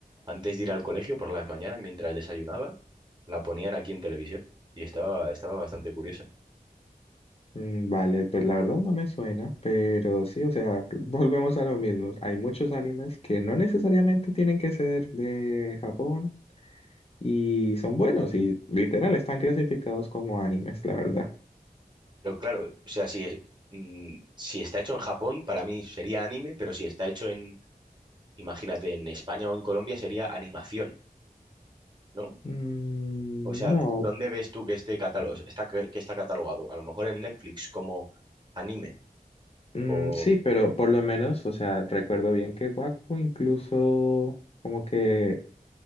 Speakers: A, on the right; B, on the left.
A: antes de ir al colegio por las mañanas, mientras desayunaba, la ponían aquí en televisión y estaba, estaba bastante curiosa.
B: Mm, Vale, pues la verdad no me suena, pero sí, o sea, <laughs> volvemos a lo mismo. Hay muchos animes que no necesariamente tienen que ser de Japón y son buenos y literal están clasificados como animes, la verdad.
A: Pero claro, o sea, si, es- mm, si está hecho en Japón, para mí sería anime, pero si está hecho en, imagínate, en España o en Colombia, sería animación, ¿no?
B: Mm,
A: O sea,
B: no,
A: ¿dónde ves tú que esté catálogo, está, que que está catalogado? A lo mejor en Netflix como anime
B: mm,
A: o...
B: sí, pero por lo menos, o sea, recuerdo bien que Wakfu incluso como que